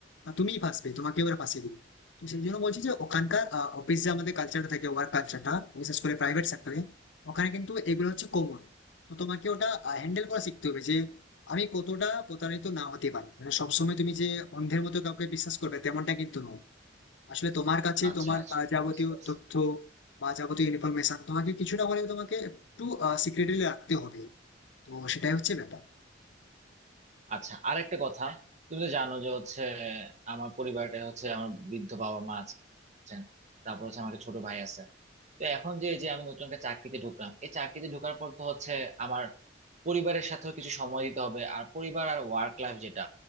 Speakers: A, on the left; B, on the right.
A: আহ, তুমিই ফাঁসবে তোমাকে ওরা ফাঁসিয়ে দিবে তো সেই জন্য বলছি যে ওখানকার অফিস যে আমাদের কালচারটা থাকে ওয়ার্ক কালচারটা বিশেষ করে প্রাইভেট সেক্টরে ওখানে কিন্তু এগুলো হচ্ছে কমন তো তোমাকে ওটা হ্যান্ডেল করা শিখতে হবে যে আমি কতটা প্রতারিত না হতে পারি মানে সবসময় তুমি যে অন্ধের মতো কাউকে বিশ্বাস করবে তেমনটা কিন্তু নয় আসলে তোমার কাছে
B: আচ্ছা
A: তোমার
B: আচ্ছা
A: আহ, যাবতীয়
B: বুঝতে পারছি
A: তথ্য বা যাবতীয় ইনফরমেশন তোমাকে কিছুটা হলেও তোমাকে একটু সিক্রেটলি রাখতে হবে তো সেটাই হচ্ছে ব্যাপার
B: আচ্ছা আর একটা কথা তুমি তো জানো যে হচ্ছে আমার পরিবারটা হচ্ছে আমার বৃদ্ধ বাবা মা আছেন তারপর হচ্ছে আমার একটা ছোট ভাই আছে তো এখন যে যে আমি নতুন একটা চাকরিতে ঢুকলাম এই চাকরিতে ঢোকার পর তো হচ্ছে আমার পরিবারের সাথেও কিছু সময় দিতে হবে আর পরিবার আর ওয়ার্ক লাইফ যেটা